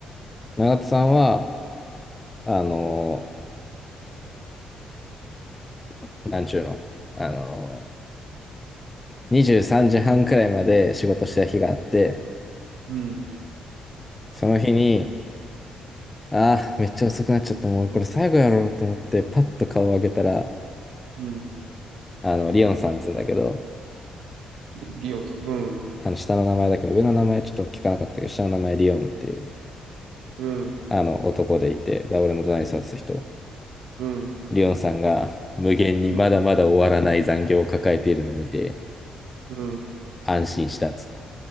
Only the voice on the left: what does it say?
長戸さんは、あのーなんちゅうの、あのー、23時半くらいまで仕事してた日があって、
その日に、ああ、めっちゃ遅くなっちゃった。もうこれ最後やろうと思って、パッと顔を上げたら、
あの、リオンさんっつうんだけど、
あの下の名前だけど、上の名前ちょっと聞かなかったけど、下の名前リオンっていう、
あの男でいて、で、俺の隣に座ってた人、
リオンさんが無限にまだまだ終わらない残業を抱えているのを見て、
安心したっつって